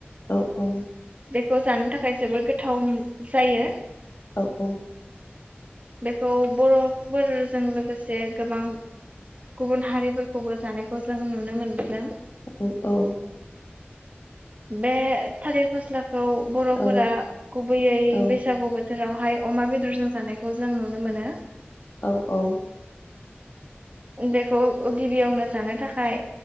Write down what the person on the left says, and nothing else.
औ औ
औ औ
औ औ
औ
औ
औ औ